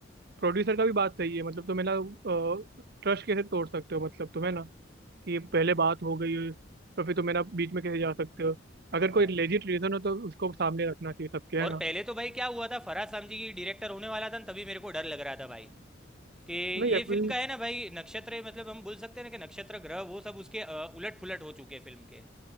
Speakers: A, on the right; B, in the centre.
A: प्रोड्यूसर का भी बात सही है मतलब तुम्हें ना ट्रस्ट कैसे तोड़ सकते हो मतलब तुम्हें ना कि पहले बात हो गई है, तो फिर तुम्हें ना बीच में कैसे जा सकते हो
B: हाँ
A: अगर कोई लेजिट रीजन हो तो उसको सामने रखना चाहिए सबके
B: और
A: है ना
B: पहले तो भाई क्या हुआ था फराज सामजी की डायरेक्टर होने वाला था न, तभी मेरे को डर लग रहा था भाई कि
A: नहीं
B: ये
A: अभी
B: फिल्म का है ना भाई नक्षत्र मतलब हम बोल सकते हैं ना कि नक्षत्र ग्रह वो सब उसके उलट पुलट हो चुके हैं फिल्म के